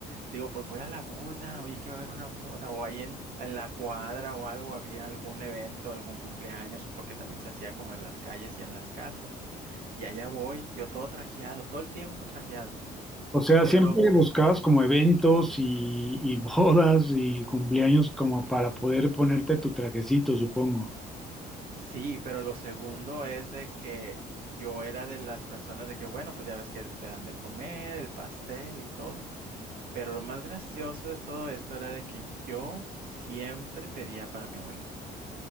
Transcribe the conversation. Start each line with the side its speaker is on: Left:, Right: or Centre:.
Right: Digo, pues voy a la boda, oye, que va a haber una boda, o ahí en, en la cuadra o algo había algún evento, algún cumpleaños, o porque también se hacía como en las calles y en las casas, y allá voy, yo todo trajeado, todo el tiempo trajeado.
Centre: O sea,
Right: Pero
Centre: siempre
Right: lo,
Centre: buscabas como eventos y, y bodas y cumpleaños como para poder ponerte tu trajecito, supongo.
Right: Sí, pero lo segundo es de que yo era de las personas de que, bueno, pues ya ves que te dan de comer, el pastel y todo. Pero lo más gracioso de todo esto era de que yo siempre pedía para mi abuelita,